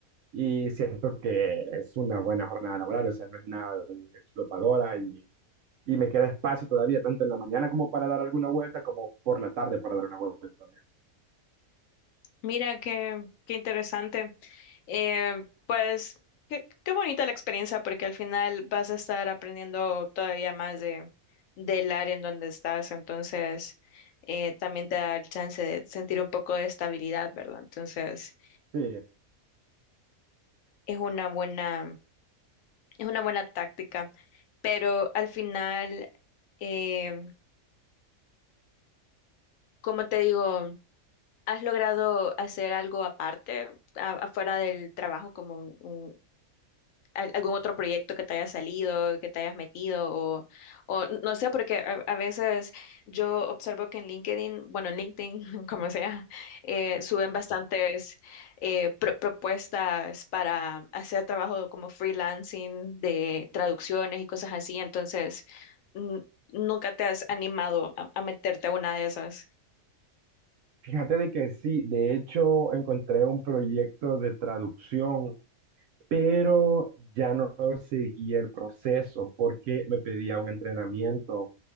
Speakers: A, on the right; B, on the left.
A: y siento que es una buena jornada laboral, o sea, no es nada explotadora y y me queda espacio todavía tanto en la mañana como para dar alguna vuelta, como por la tarde para dar una vuelta también.
B: Mira, qué, qué interesante. Eh, pues qué, qué bonita la experiencia porque al final vas a estar aprendiendo todavía más de, del área en donde estás. Entonces, eh, también te da el chance de sentir un poco de estabilidad, ¿verdad? Entonces,
A: Sí,
B: es una buena, es una buena táctica. Pero al final, eh, como te digo, ¿has logrado hacer algo aparte, a- afuera del trabajo, como un, al- algún otro proyecto que te haya salido, que te hayas metido o, o no sé, porque a, a veces yo observo que en LinkedIn, bueno, en LinkedIn, <laughs> como sea, eh, suben bastantes eh, pro- propuestas para hacer trabajo como freelancing de traducciones y cosas así, entonces mm, nunca te has animado a, a meterte a una de esas.
A: fíjate de que sí, de hecho encontré un proyecto de traducción, pero ya no seguí el proceso porque me pedía un entrenamiento